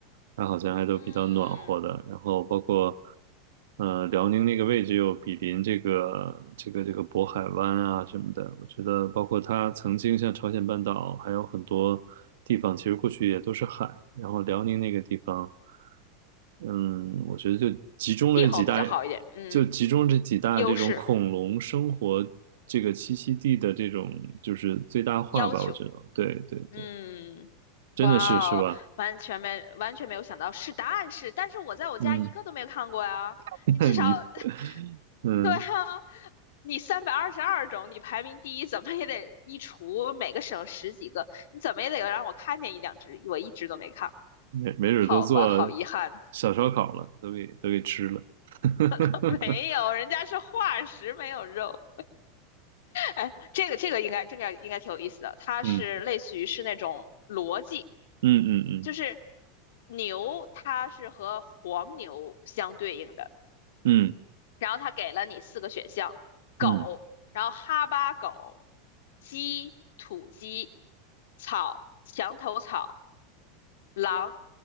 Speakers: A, on the right; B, on the left.
A: 它好像还都比较暖和的。
B: 嗯，
A: 然后包括，呃，辽宁那个位置又比邻这个这个这个渤海湾啊什么的。我觉得，包括它曾经像朝鲜半岛，还有很多地方，其实过去也都是海。然后辽宁那个地方，嗯，我觉得就集中了几大，
B: 气候比较好一点，嗯，
A: 就集中这几大这种恐龙生活这个栖息地的这种就是最大化吧。
B: 优势要求，
A: 我觉得，对对对，
B: 嗯，
A: 真的是是吧？
B: 哇哦，完全没完全没有想到是答案是，但是我在我家一个都没有看过呀，
A: 嗯，<laughs>
B: 你至少
A: 那你。
B: <laughs> <laughs>
A: 嗯，
B: 对啊，你三百二十二种，你排名第一，怎么也得一除每个省十几个，你怎么也得让我看见一两只，我一只都没看过。
A: 没没准儿都做
B: 好吧，好遗憾，
A: 小烧烤了，都给都给吃了。<laughs>
B: <laughs> 没有，人家是化石，没有肉。哎，这个这个应该这个应该挺有意思的，它是类似于是那种逻辑，
A: 嗯嗯嗯嗯
B: 就是牛它是和黄牛相对应的，
A: 嗯
B: 然后他给了你四个选项：狗，
A: 嗯
B: 然后哈巴狗、鸡、土鸡、草、墙头草、狼、